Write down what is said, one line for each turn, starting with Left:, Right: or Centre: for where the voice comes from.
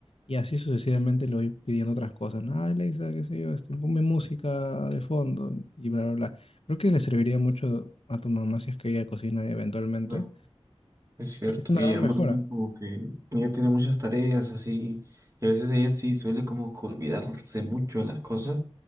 Left: Y así sucesivamente le voy pidiendo otras cosas. ¿no? "Ah, Alexa, qué sé yo, este, ponme música de fondo y bla, bla, bla. Creo que le serviría mucho a tu mamá si es que ella cocina eventualmente.
Right: No, es cierto.
Left: Y es una
Right: Y
Left: gran
Right: además
Left: mejora.
Right: también como que ella tiene muchas tareas así, y a veces ella sí suele como que olvidarse mucho de las cosas,